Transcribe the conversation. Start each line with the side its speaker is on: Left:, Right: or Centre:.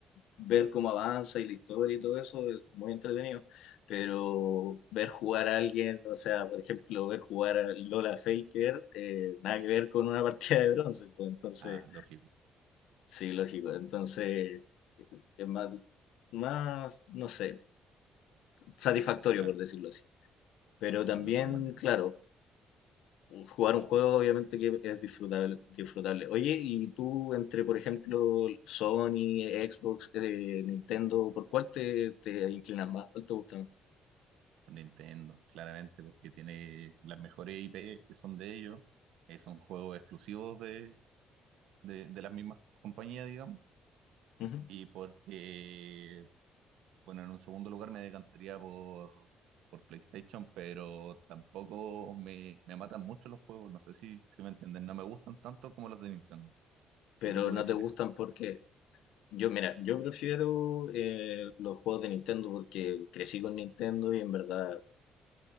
Left: ver cómo avanza y la historia y todo eso es muy entretenido, pero ver jugar a alguien, o sea, por ejemplo, ver jugar a Lola Faker, eh, nada que ver con una <laughs> partida de bronce, pues, entonces,
Right: Ah, lógico,
Left: sí, lógico, entonces eh, es más, más, no sé, satisfactorio
Right: claro,
Left: por decirlo así. Pero
Right: no,
Left: también,
Right: de todas maneras.
Left: claro, jugar un juego obviamente que es disfrutable, disfrutable. Oye, y tú entre, por ejemplo, Sony, Xbox, eh, Nintendo, ¿por cuál te, te inclinas más? ¿Cuál te gusta más?
Right: Por Nintendo, claramente, porque tiene las mejores IP que son de ellos, eh, son juegos exclusivos de, de, de las mismas compañías, digamos,
Left: Ujú.
Right: y porque, bueno, en un segundo lugar me decantaría por, por PlayStation, pero tampoco me, me matan mucho los juegos, no sé si, si me entienden, no me gustan tanto como los de Nintendo.
Left: Pero
Right: ¿Y tú qué prefieres?
Left: no te gustan porque yo, mira, yo prefiero eh, los juegos de Nintendo porque crecí con Nintendo y en verdad